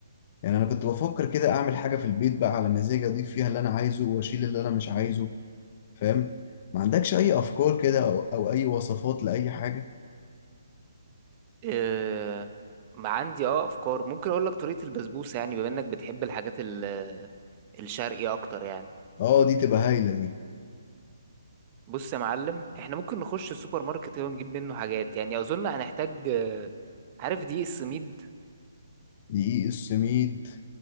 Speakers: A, on the left; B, on the right.
A: يعني انا كنت بفكر كده اعمل حاجه في البيت بقى على مزاجي اضيف فيها اللي انا عايزه واشيل اللي انا مش عايزه فاهم ما عندكش اي افكار كده او, أو اي وصفات لاي حاجه
B: آه ما عندي اه افكار ممكن اقول لك طريقة البسبوسة يعني بما انك بتحب الحاجات ال- الشرقي اكتر يعني
A: اه دي تبقى هايله دي
B: بص يا معلم احنا ممكن نخش السوبر ماركت ونجيب منه حاجات يعني اظن هنحتاج آه، عارف دقيق السميد
A: دقيق السميد